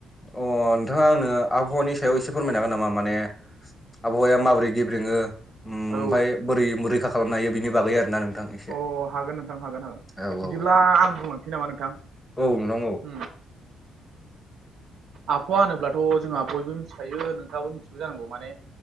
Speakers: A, on the left; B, on the right.
A: अ नोंथाङा आंनो आबहावानि सायाव एसे फोरमायनो हागोन नामा माने आबहावाया माबोरै गेब्रेङोओमफ्राय
B: औ
A: बोरै रैखा खालामनो हायो बिनि बागै आरो ना नोंथां एसे
B: अ हागोन नोंथां हागोन हागोन
A: औ
B: बिदिब्ला
A: औ
B: आं बुंलांसै नामा नोंथां
A: औ नोंथां औ
B: उम आफफावा होनोब्लाथ' जोंहा बयबो मिथिखायो नोंथाङाबो मिथियो जानांगौ माने